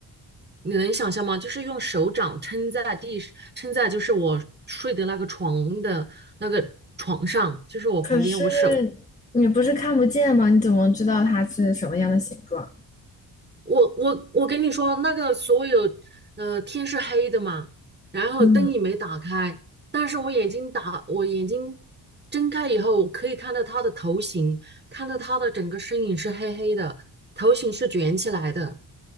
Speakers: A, on the right; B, on the left.
A: 你能想象吗？就是用手掌撑在地，撑在就是我睡的那个床的那个床上，就是我旁边，
B: 可是
A: 我手，
B: 你不是看不见吗？你怎么知道它是什么样的形状？
A: 我我我跟你说，那个所有，呃，天是黑的嘛，然后灯也没打开，
B: 嗯
A: 但是我眼睛打，我眼睛睁开以后，我可以看到他的头型，看到他的整个身影是黑黑的，头型是卷起来的。